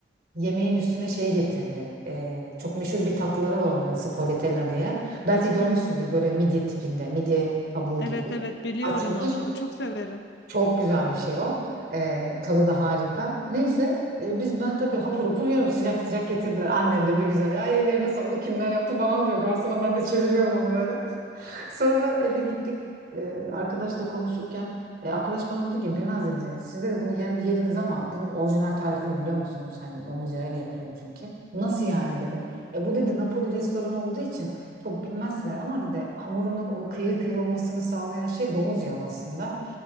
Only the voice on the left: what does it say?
Evet
evet biliyorum
onu. Çok severim.